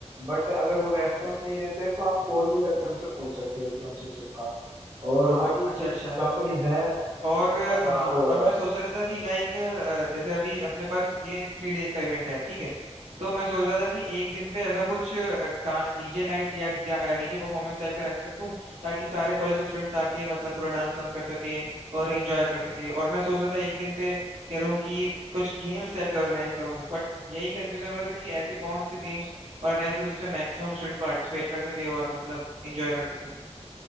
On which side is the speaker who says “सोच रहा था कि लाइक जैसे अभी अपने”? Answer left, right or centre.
Right